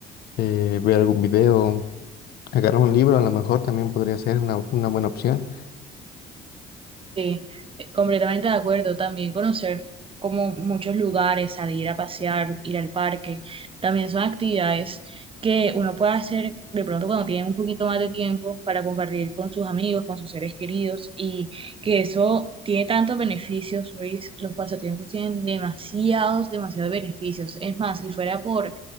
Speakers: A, on the left; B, on the right.
A: eh, ver algún video. Agarrar un libro a lo mejor también podría ser una, una buena opción.
B: Sí, eh, completamente de acuerdo. También conocer como muchos lugares, salir a pasear, ir al parque, también son actividades que uno puede hacer de pronto cuando tiene un poquito más de tiempo para compartir con sus amigos, con sus seres queridos y que eso tiene tantos beneficios, Luis. Los pasatiempos tienen demasiados, demasiados beneficios. Es más, si fuera por